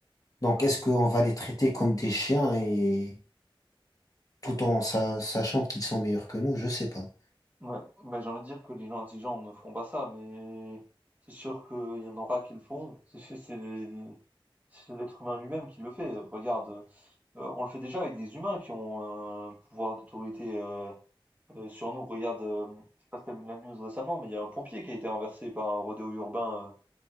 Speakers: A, on the left; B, on the right.
A: Donc
B: euh, moi, ça,
A: est-ce
B: c'est-
A: qu'on va les traiter comme des chiens et tout en sa- sachant qu'ils sont meilleurs que nous? Je sais pas.
B: Ouais, bah, j'ai envie de dire que les gens intelligents ne feront pas ça, mais c'est sûr qu'il y en aura qui le font. C'est c'est- c'est les- c'est l'être humain lui-même qui le fait. Regarde, euh, on le fait déjà avec des humains qui ont un pouvoir d'autorité Euh, sur nous, regarde, euh, je sais pas si t'as vu la news récemment, mais il y a un pompier qui a été renversé par un rodéo urbain.